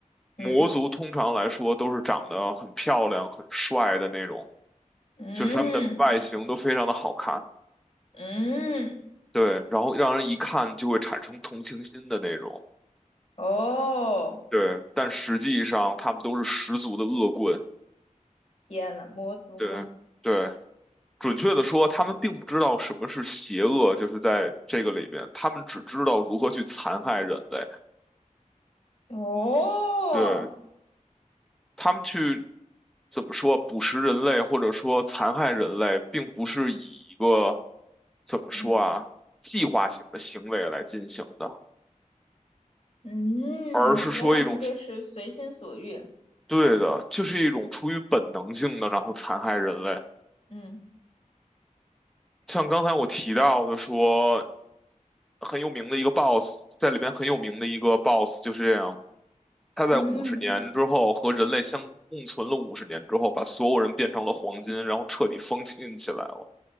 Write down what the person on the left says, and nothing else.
嗯
嗯
嗯，
哦，
天呐，魔族吗？
哦，
嗯。嗯，
所以他们就是随心所欲。
嗯，
嗯，